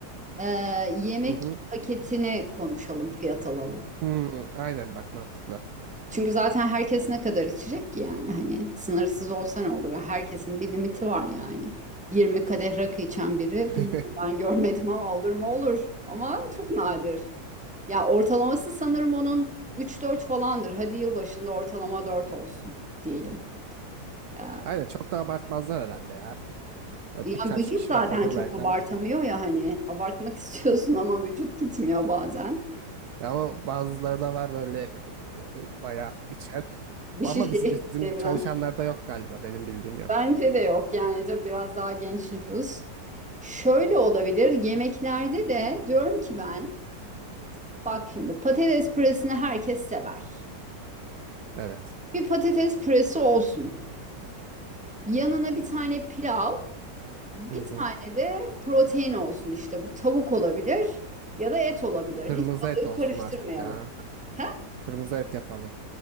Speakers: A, in the centre; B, on the right.
A: e, yemek
B: Hı hı.
A: paketini konuşalım, fiyat alalım.
B: Hmm, aynen bak mantıklı.
A: Çünkü zaten herkes ne kadar içecek ki yani hani sınırsız olsa ne olur? ya herkesin bir limiti var yani. 20 kadeh rakı içen biri
B: <laughs>
A: bilmiyorum ben görmedim ama olur mu olur. Ama çok nadir. Ya ortalaması sanırım onun 3-4 falandır. Hadi yılbaşında ortalama 4 olsun diyelim. Ee,
B: Aynen çok da abartmazlar herhalde ya. Böyle
A: yani
B: Birkaç
A: vücut
B: kişi
A: zaten
B: var, olur
A: çok
B: belki
A: abartamıyor
B: ama.
A: ya hani abartmak <laughs> istiyorsun ama vücut gitmiyor bazen.
B: Ya ama bazıları da var böyle e, e, bayağı içen.
A: Bir
B: Ama
A: şişeyi
B: biz, bizim
A: deviren.
B: çalışanlarda yok galiba. Benim bildiğim yok.
A: Bence de yok yani tabii biraz daha genç nüfus. Şöyle olabilir yemeklerde de diyorum ki ben bak şimdi patates püresini herkes sever.
B: Evet.
A: Bir patates püresi olsun. Yanına bir tane pilav, bir
B: Hı
A: tane
B: hı.
A: de protein olsun işte bu tavuk olabilir ya da et olabilir.
B: Kırmızı
A: Hiç balığı
B: et olsun
A: karıştırmayalım.
B: artık ya.
A: He?
B: Kırmızı et yapalım.